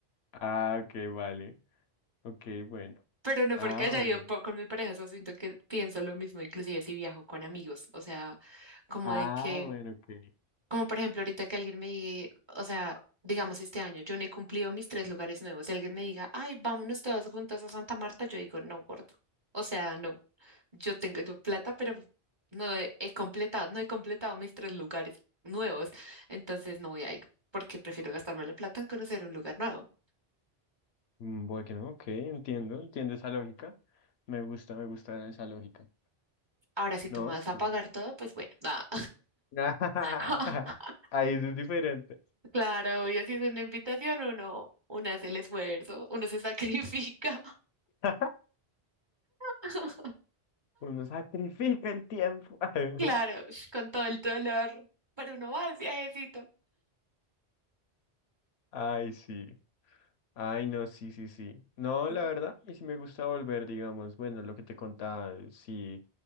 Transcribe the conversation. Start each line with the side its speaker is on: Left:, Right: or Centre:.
Left: Ah, ok, vale. Ok, bueno.
Right: Pero no
Left: Ah,
Right: porque haya
Left: bueno.
Right: ido po- con mi pareja, o sea, siento que pienso lo mismo, inclusive si viajo con amigos, o sea, como
Left: Ah,
Right: de que,
Left: bueno, ok.
Right: como por ejemplo ahorita que alguien me diga, o sea, digamos este año, yo no he cumplido mis tres lugares nuevos, si alguien me diga, ay, vámonos todos juntos a Santa Marta, yo digo, no, gordo, o sea, no, yo tengo yo plata, pero no he, he completado, no he completado mis tres lugares nuevos, entonces no voy a ir, porque prefiero gastarme la plata en conocer un lugar nuevo.
Left: Mm, Bueno, ok, entiendo, entiendo esa lógica. Me gusta, me gusta esa lógica.
Right: Ahora, si tú
Left: No,
Right: me vas
Left: sí.
Right: a pagar todo, pues bueno, nada.
Left: <laughs>
Right: <laughs>
Left: Ahí eso es diferente.
Right: Claro, y así es una invitación, uno, uno hace el esfuerzo, uno se sacrifica.
Left: <laughs>
Right: <laughs>
Left: Uno sacrifica el tiempo. <laughs>
Right: Claro, ush, con todo el dolor, pero uno va al viajecito.
Left: Ay, sí. Ay, no, sí, sí, sí. No,
Right: Bu-
Left: la verdad, y si me gusta volver, digamos, bueno, lo que te contaba, sí,